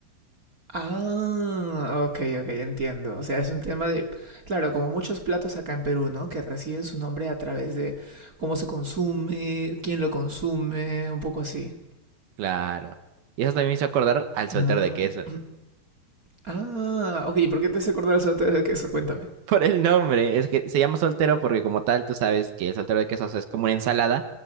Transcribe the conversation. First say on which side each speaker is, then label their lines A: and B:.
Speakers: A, on the right; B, on the right.
A: Ah, ok, ok, entiendo. O sea, es un tema de, claro, como muchos platos acá en Perú, ¿no? Que reciben su nombre a través de cómo se consume, quién lo consume, un poco así.
B: Claro. Y eso también me hizo acordar al soltero
A: Ah,
B: de queso.
A: ah, ok, ¿y por qué te hace acordar el saltero de queso? Cuéntame.
B: por el nombre. Es que se llama soltero porque como tal tú sabes que el soltero de quesos es como una ensalada